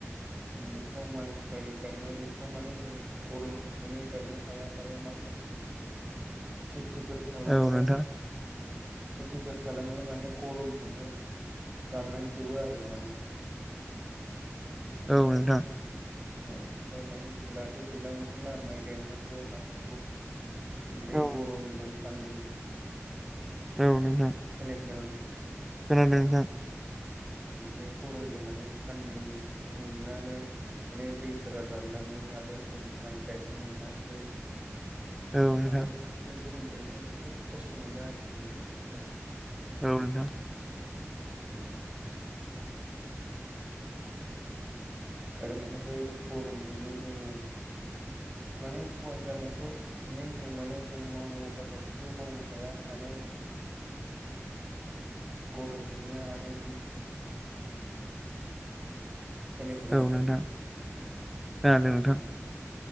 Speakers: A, on the right; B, in the centre.
A: बेफोराव माइ साय गायनाय बेफोराव माने जों गरमनि थाखायनो गायनो हाया आरो माखासे। खेथिफोर खालामनाय।
B: औ नोंथां
A: खेथिफोर खालामनाया माने गरमजोंनो। रानलांजोबो आरो माने।
B: औ नोंथां।
A: औ ओमफ्राय माने जों दाथ' दैलां बोथोर ना माइ गायनांगौ मानांगौ। बे
B: औ
A: गरमजों सान्दुंजों।
B: औ नोंथां।
A: खोनायाखै नामा नोंथां?
B: खोनादों नोंथां।
A: बे गरमजों माने सान्दुं दुंनानै। माने दैफोरा रानलांदों आरो जों माइ गायनो मोना जेरै
B: औ नोंथां
A: माने बे गरमजोंनो जोबोद खस्थ' मोनदों आरोखि जों माने एकदम।
B: औ नोंथां।
A: उम आरोमाने बे गरमजोंनो जोङो। माने खहा जानायाथ' नेम दं माने जों मावनांगौ हाबाखौ मावनो हाया। माने गरमजोंनो आरो। जेने थेने
B: औ नोंथां औ नोंथां खोनादों
A: <unintelligible>
B: नोंथां